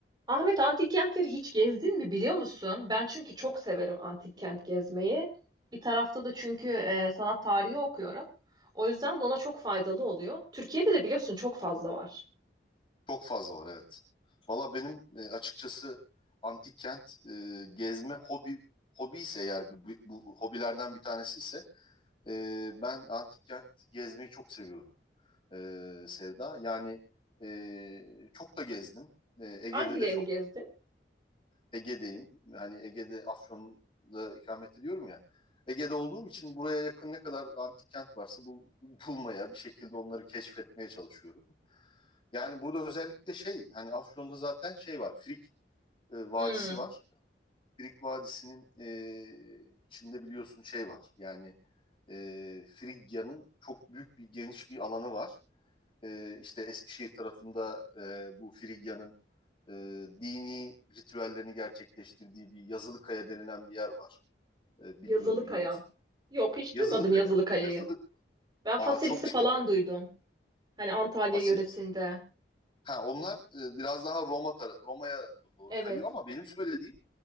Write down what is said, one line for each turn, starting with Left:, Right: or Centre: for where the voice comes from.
Right: Ahmet antik kentleri hiç gezdin mi biliyor musun? Ben çünkü çok severim antik kent gezmeyi. Bir tarafta da çünkü e, sanat tarihi okuyorum. O yüzden de ona çok faydalı oluyor. Türkiye'de de biliyorsun çok fazla var.
Left: Çok fazla var evet. Valla benim e, açıkçası antik kent e, gezme hobi hobi ise eğer bu, bu- bu hobilerden bir tanesi ise e, ben antik kent gezmeyi çok seviyorum e, Sevda. Yani e, çok da gezdim. E, Ege'de
Right: Hangilerini
Left: de çok
Right: gezdin?
Left: var. Ege'deyim. Hani Ege'de Afyon'da ikamet ediyorum ya. Ege'de olduğum için buraya yakın ne kadar antik kent varsa bul- bulmaya bir şekilde onları keşfetmeye çalışıyorum. Yani burada özellikle şey hani Afyon'da zaten şey var. Frik e, Vadisi
Right: Hmm,
Left: var. Frik Vadisi'nin e, içinde biliyorsun şey var. Yani e, Frigya'nın çok büyük bir geniş bir alanı var. E, işte Eskişehir tarafında e, bu Frigya'nın e, dini ritüellerini gerçekleştirdiği bir Yazılıkaya denilen bir yer var. E, bilmiyorum
Right: Yazılıkaya.
Left: biliyor musun?
Right: Yok hiç
Left: Yazılıkaya.
Right: duymadım Yazılıkaya'yı.
Left: Yazılık
Right: Ben
Left: Aa,
Right: Faselis'i
Left: çok şey.
Right: falan duydum. Hani Antalya
Left: Baselis.
Right: yöresinde.
Left: Ha, onlar e, biraz daha Roma tara- Roma'ya doğru
Right: Evet.
Left: kayıyor ama benim söylediğim